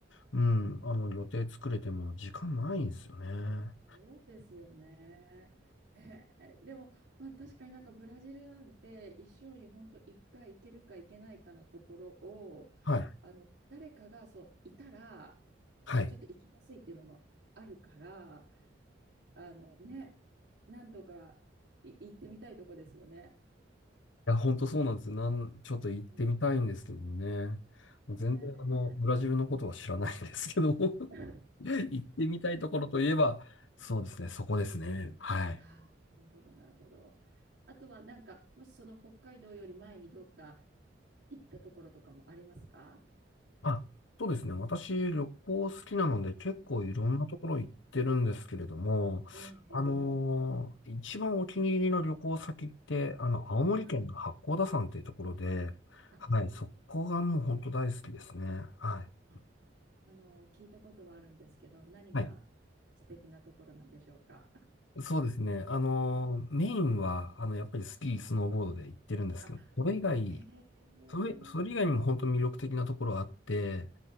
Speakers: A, on the left (about 80°); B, on the right (about 65°).
A: うん、あの予定作れても時間ないんですよね。
B: そうですよね。えーでも、まあ確かになんかブラジルなんて一生に本当1回行けるか行けないかのところを、
A: はい。
B: あの、誰かがそう、いたら、
A: はい。
B: ちょっと行きやすいっていうのもあるから、あのね、何度かい行ってみたいとこですよね。
A: いや、ほんとそうなんです。なん、ちょっと行ってみたいんですけどもね。
B: もうね。
A: もう全然あの、ブラジルのことは知らないんですけども
B: <laughs>
A: <laughs> 行ってみたいところといえば、そうですね、そこですね。はい。
B: ああ、なるほど、なるほど。あとはなんか、もしその北海道より前にどっか行ったところとかもありますか
A: あ、そうですね。私、旅行好きなので、結構いろんなところ行ってるんですけれども、
B: うんええ、
A: あのー一番お気に入りの旅行先って、
B: ええ
A: あの、青森県の八甲田山っていうところで、
B: はい。あ、
A: はい、そこがもう本当大好きですね。
B: え
A: はい。
B: ああの、聞いたことはあるんですけど、何が素敵なところなんでしょうか。
A: はいそうですね。あの、
B: うん
A: メインは、あの、やっぱりスキー、スノーボードで行ってるんですけど、
B: あ、
A: それ以外、
B: へえ、
A: それ、それ以外にも本当に魅力的なところあって、